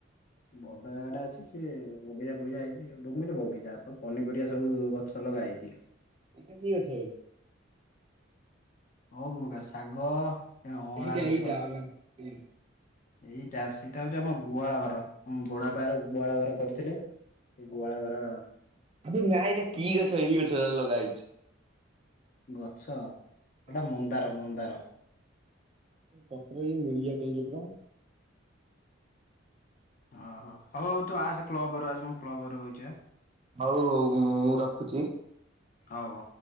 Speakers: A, on the left; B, on the right.
A: ବଡ଼ ଜାଗା ଟା ଅଛି ସେ ବଗିଚା ବଗିଚା ହେଇଛି <unintelligible> ବଗିଚା ପନିପରିବା ସବୁ ଗଛ ଲଗା ହେଇଛି।
B: ଏଇଟା କି ଗଛ ବେ
A: ସବୁ ପ୍ରକାର ଶାଗ, ଅଁଳା
B: ଏଇଟା
A: ଗଛ।
B: ଏଇଟା ଅନା ଏଇଟା
A: ଏଇଟା ସେଇଟା ହଉଛି ଆମ ଗୁହାଳ ଘର ମୋ ବଡ଼ବାପା ଘର ଗୁହାଳ ଘର କରିଥିଲେ। ଗୁହାଳ ଘର
B: ଏ ନାଇଁ ନାଇଁ କି ଗଛ ଏଇ ଗଛ ଲଗା ହେଇଛି।
A: ଗଛ
B: ହଁ
A: ଏଟା ମନ୍ଦାର ମନ୍ଦାର।
B: ପତ୍ର <unintelligible> ପତ୍ର।
A: ଓ ହୋ ହଉ ହଉ ତୁ ଆସେ କ୍ଲବ ଘରୁ ଆସ ମୁଁ କ୍ଲବ ଘରେ ବଇଚି ଆଁ।
B: ହଉ ହଉ ମୁଁ ରଖୁଛି।
A: ହଉ।